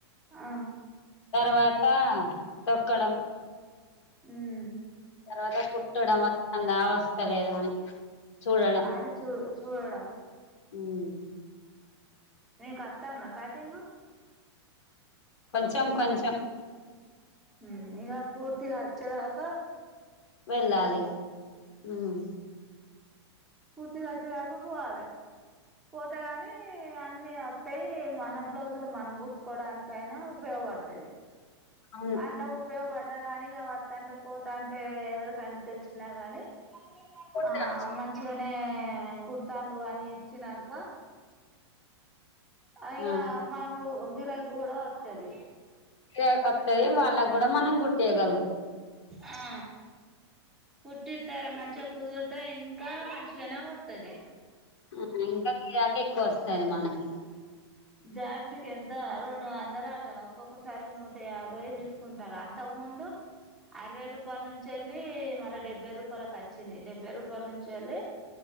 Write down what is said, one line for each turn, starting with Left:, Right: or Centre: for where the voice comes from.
Centre: ఆ
Left: తర్వాత తొక్కడం
Centre: ఉమ్
Left: తర్వాత కుట్టడం వస్తంద వస్తలేద అని చూడడం
Centre: అని చూ చూడడం
Left: ఉమ్
Centre: మీ కత్తాందా కటింగు
Left: కొంచెం కొంచెం
Centre: ఉమ్ ఇగ పూర్తిగా అచ్చదాక
Left: వెళ్ళాలిగా ఉమ్
Centre: పూర్తిగోచ్చేదాక పోవాలే పోతే గాని అన్ని వస్తాయి మన బ్లౌజులు మనం కుట్టుకోవడానికి కైన ఉపయోగపడతది
Left: అవును
Centre: అట్లా ఉపయోగపడ్డా గాని ఇగ వత్తాంటే పోతాంటే ఎవరికైనా తెలిసినా గాని
Left: కుట్టచ్చు
Centre: ఆ మంచిగానే కుడుత్తాండు అని ఇచ్చినంక పైగా
Left: ఆ
Centre: మనకు గిరాకి కూడా వత్తది
Left: గిరాకి వత్తయ్ వాళ్ళకు గూడా మనం గుట్టియగలుగుతాం
Centre: ఆ కుట్టితారా మంచిగా కుదురితే ఇంకా మంచిగానే వత్తది
Left: ఆ ఇంకా గిరాకి ఎక్కువ వస్తది మనకి
Centre: జాకిట్ ఎంత రెండు వందలట ఒక్కొక్కసారి నూట యాభై తీసు కుంటరు అంతకు ముందు అరవై రూపాల నుంచి యెళ్ళి మళ్ళ డెబ్బై రూపాలకి అచ్చింది డెబ్బై రూపాల నుంచి యెళ్ళి